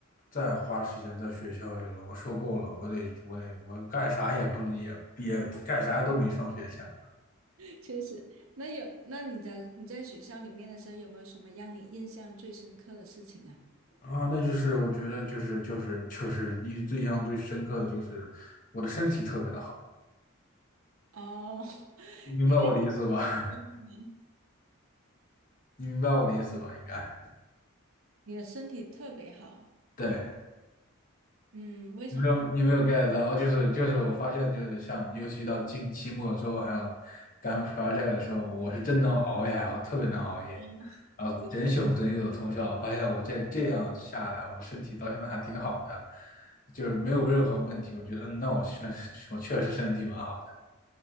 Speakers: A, on the left; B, on the right.
A: 再花时间在学校里了，我受够了，我得我得我干啥也不能也也干啥都比上学强
B: 确实，那有，那你在你在学校里面的时候，有没有什么让你印象最深刻的事情啊？
A: 啊！那就是我觉得就是就是就是印最印象最深刻的就是我的身体特别的好，
B: 哦，<laughs>
A: 你明白我的意思吧？
B: 因为你
A: <laughs> 你明白我的意思吧？应该
B: 你的身体特别好，
A: 对。
B: 嗯，为什么？
A: 你没有，你没有 get 到，就是就是，我发现就是像，尤其到近期末之后，还有赶 project 的时候，我是真能熬夜，我特别能熬夜，
B: 嗯，
A: 然后整宿整宿的通宵。
B: 我知
A: 我发现我这这样下来，我的身体到现在还挺好的，就是没有任何问题。我觉得，嗯，那我确实我确实身体蛮好的。